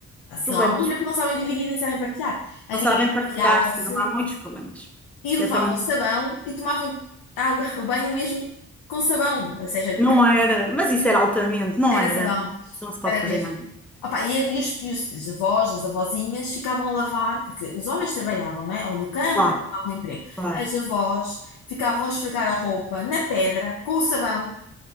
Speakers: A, on the left (about 70°); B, in the centre.
A: senão
B: problemas.
A: à bolha, porque não sabem dividir nem sabem partilhar. Antigamente
B: Não sabem partilhar-se,
A: partilhava-se
B: não há muitos problemas.
A: e levavam
B: Eu também
A: sabão e tomavam água, <laughs> o banho mesmo com sabão, ou seja,
B: não era, mas isso era altamente, não
A: Era
B: era.
A: sabão,
B: Não se pode
A: era
B: fazer
A: mesmo.
B: nada.
A: Opa, e, e os, e os- os avós, as avózinhas ficavam a lavar, porque os homens trabalhavam, não é? Ou no campo,
B: Claro,
A: ou em algum emprego.
B: claro.
A: As avós ficavam a esfregar a roupa na pedra, com o sabão,